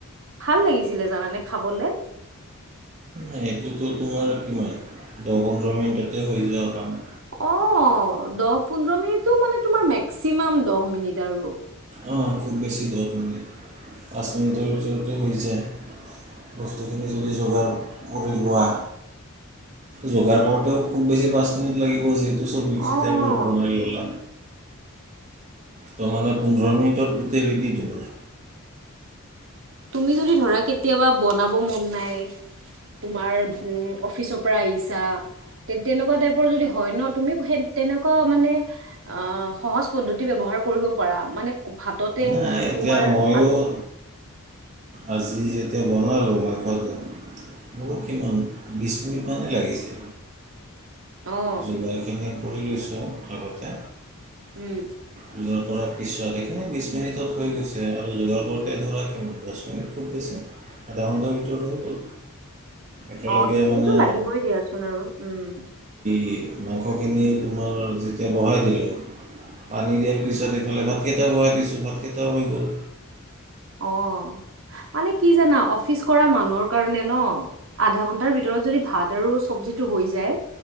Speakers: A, on the right; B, on the right.
A: ভাল লাগিছিলে জানানে খাবলে।
B: সেইটোতো তোমাৰ কিমান দহ পোন্ধৰ মিনিটতে হৈ যোৱা কাম।
A: অহ, দহ পোন্ধৰ মিনিটো মানে তোমাৰ মেক্সিমাম দহ মিনিট আৰু।
B: অহ, খুব বেছি দহ মিনিট পাঁচ মিনিটৰ ভিতৰতে হৈ যায় বস্তুখিনি যদি যোগাৰ কৰি লোৱা যোগাৰ কৰোতেও খুব বেছি পাঁচ মিনিট লাগিব যিহেতু এই চব মিক্সি
A: অ'
B: টাইপৰ
A: অ'
B: বনাই ললা। ত' মানে পোন্ধৰ মিনিটত গোটেই ৰেডি তোমাৰ।
A: তুমি যদি ধৰা কেতিয়াবা বনাব মন নাই তোমাৰ উম অফিচৰ পৰা আহিছা তে তেনেকুৱা টাইপৰ যদি হয় ন তুমি সে তেনেকুৱা মানে অহ সহজ পদ্ধতি ব্যৱহাৰ কৰিব পাৰা মানে ভাততে
B: নাই এতিয়া
A: তোমাৰ
B: ময়ো
A: আলু।
B: আজি যেতিয়া বনালো মাংসটো মোৰো কিমান বিছ মিনিটমানেই লাগিছে।
A: অ
B: যোগাৰখিনি। কৰি লৈছো আগতে।
A: উম
B: নিজৰ কৰত। পিছত এইখিনি বিছ মিনিটত হৈ গৈছে আৰু যোগাৰ কৰোতে ধৰা কিমান দছ মিনিট খুব বেছি আধা ঘণ্টাৰ ভিতৰত হৈ গল। একেলগে
A: অহ, সেইখিনিতো
B: মানে
A: লাগিবই দিয়াচোন আৰু উম।
B: কি মাংসখিনি তোমাৰ যেতিয়া বহাই দিলো পানী দিয়াৰ পিছত ইফালে ভাতকেইটাও বহাই দিছো ভাতকেইটাও হৈ গ'ল।
A: অহ, মানে কি জানা অফিচ কৰা মানুহৰ কাৰণে ন আধা ঘন্টাৰ ভিতৰত যদি ভাত আৰু চব্জিটো হৈ যায়